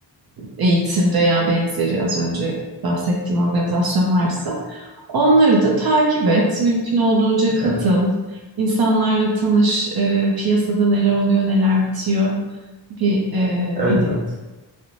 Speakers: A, on the right (about 60°); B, on the right (about 20°).
A: eğitim veya benzeri az önce bahsettiğim organizasyon varsa onları da takip et. Mümkün olduğunca katıl.
B: Evet.
A: İnsanlarla tanış, e, piyasada neler oluyor, neler bitiyor bir e,
B: Evet
A: hani
B: evet.